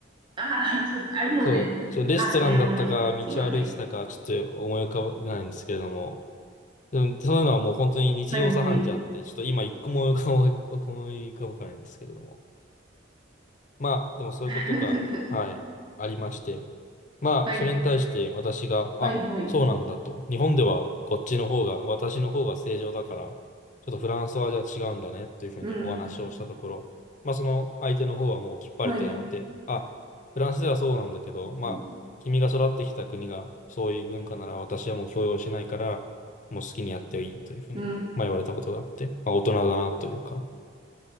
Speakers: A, on the right; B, on the left.
A: ああ、そう、あ、るうね。
B: そう、ちょ、レストランだったか、
A: あ、なるほど。
B: 道を歩いてたか、
A: すいません。
B: ちょっと思い浮かばないんですけれども、でも、そういうのはもう本当に日常茶飯事あって、
A: はい、はい。
B: ちょっと今一個も思い浮かば思い浮かばないんですけれども。まあ、でもそういうことが、
A: <laughs>
B: はい、ありまして。まあ、
A: はい、
B: それに対して私が、あ、
A: はい、はい。
B: そうなんだと。日本ではこっちの方が、私の方が正常だから、ちょっとフランスはじゃあ違うんだねというふうにお話をしたところ、
A: うん、うん、
B: まあ、その相手の方はもうきっぱりとやめて、
A: はい。
B: あ、フランスではそうなんだけど、
A: うん、
B: まあ、君が育ってきた国がそういう文化なら私はもう強要しないから、もう好きにやっていいというふうに、
A: うん
B: まあ、言われたことがあって、まあ、大人だなというか、